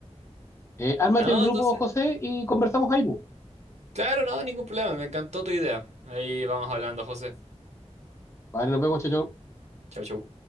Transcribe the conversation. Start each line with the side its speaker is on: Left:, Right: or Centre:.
Left: Eh, ármate
Right: No,
Left: el grupo,
Right: entonces,
Left: José, y conversamos ahí. pues.
Right: claro, no, ningún problema. Me encantó tu idea. Ahí vamos hablando, José.
Left: Vale, nos vemos, chao. chao.
Right: Chau, chau.